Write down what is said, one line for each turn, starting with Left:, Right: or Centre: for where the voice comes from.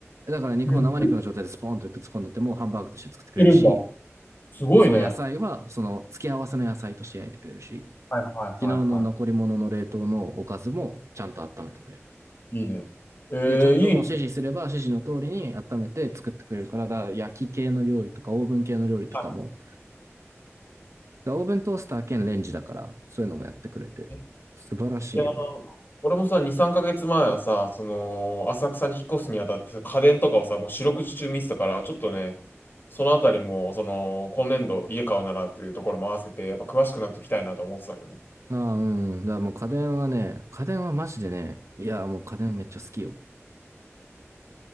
Right: だから肉も生肉の状態でスポーンとぶつ込んでてもハンバーグとして作ってくれるし、
Left: 言ってるんだ。すごいね。
Right: そう野菜はその付け合わせの野菜として焼いてくれるし、
Left: はいはいはいは
Right: 昨日の残り物の冷凍のおかずもちゃんと温めてくれる。
Left: い。いいね。えー、
Right: で、ちゃんともう指示すれば指示の通りに温めて作ってくれるから、
Left: いいね。
Right: だ焼き系の料理とかオーブン系の料理とかも、
Left: は
Right: だオーブントースター兼レンジだから、そういうのもやってくれて、
Left: いい
Right: 素晴らしいよね。
Left: や俺もさ、2、3ヶ月前はさ、その、浅草に引っ越すにあたって、家電とかをさ、もう四六時中見てたから、ちょっとね、そのあたりも、その、今年度家買うならっていうところも合わせて、やっぱ詳しくなっていきたいなと思ってたよね。
Right: ああ、うん。だからもう家電はね、家電はマジでね、いや、もう家電めっちゃ好きよ。